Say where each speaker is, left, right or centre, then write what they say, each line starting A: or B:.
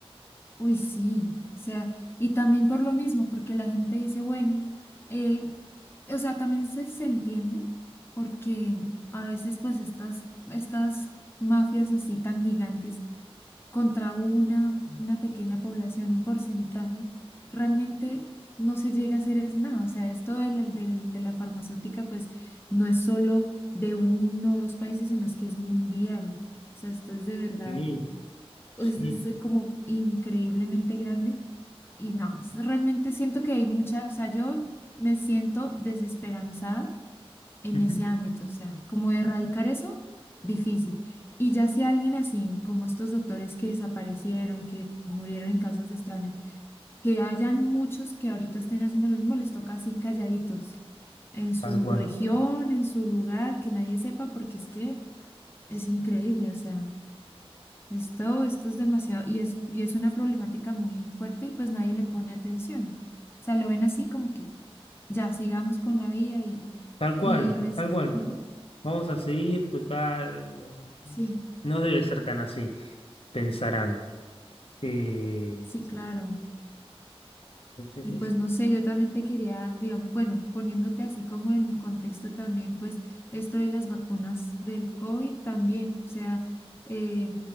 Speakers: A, on the left; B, on the left.
A: uy, sí, o sea, y también por lo mismo, porque la gente dice, bueno, eh, o sea, también se, se entiende, porque a veces pues estas, estas mafias así tan gigantes, contra una, una pequeña población, un porcentaje, realmente no se llega a hacer es nada. O sea, esto de la, del- de la farmacéutica, pues no es solo de uno o dos países, sino es que es mundial. O sea, esto es de verdad,
B: Sí,
A: esto
B: sí,
A: es eh, como increíblemente grande. Y no, es- realmente siento que hay mucha, o sea, yo me siento desesperanzada en
B: ujú,
A: ese ámbito, o sea, como erradicar eso, difícil. Y ya si alguien así, como estos doctores que desaparecieron, que murieron en causas extrañas, que hayan muchos que ahorita estén haciendo lo mismo, les toca así calladitos, en su
B: Tal cual,
A: región, en su lugar, que nadie sepa, porque es que es increíble, o sea, esto, esto es demasiado, y es, y es una problemática muy fuerte y pues nadie le pone atención. O sea, lo ven así como que ya sigamos con la vida y,
B: tal cual,
A: y res-
B: tal cual.
A: Ajá,
B: Vamos a seguir, total.
A: sí.
B: No debe ser tan así, pensarán. Eh,
A: Sí, claro.
B: sí,
A: Y
B: sí,
A: pues
B: sí.
A: no sé, yo también te quería, digamos, bueno, poniéndote así como en contexto también, pues esto de las vacunas del COVID también, o sea, eh,